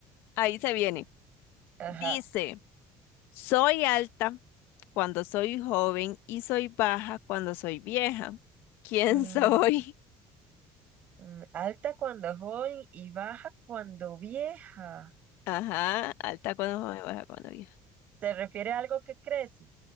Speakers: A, on the left (about 75°); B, on the right (about 45°).
A: ahí se viene.
B: Ajá.
A: Dice, soy alta cuando soy joven y soy baja cuando soy vieja. ¿Quién
B: Mm,
A: soy?
B: mm, alta cuando joven y baja cuando vieja.
A: <laughs> Ajá, alta cuando joven, baja cuando vieja.
B: ¿Se refiere a algo que crece?